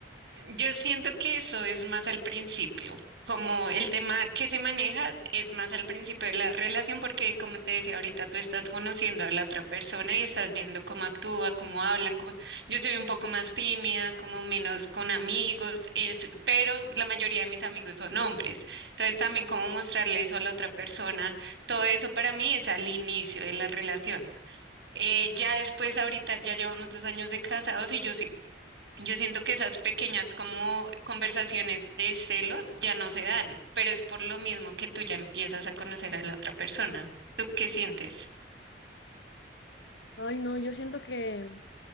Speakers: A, on the right (about 80°); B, on the left (about 80°).
A: Yo siento que eso es más al principio, como el tema que se maneja es más al principio de la relación, porque como te decía ahorita, tú estás conociendo a la otra persona y estás viendo cómo actúa, cómo hablan. cómo- Yo soy un poco más tímida, como menos con amigos, es- pero la mayoría de mis amigos son hombres. Entonces también cómo mostrarle eso a la otra persona, todo eso para mí es al inicio de la relación. Eh, ya después, ahorita ya llevamos dos años de casados y yo yo siento que esas pequeñas como conversaciones de celos ya no se dan, pero es por lo mismo que tú ya empiezas a conocer a la otra persona. ¿Tú qué sientes?
B: Ay, no, yo siento que,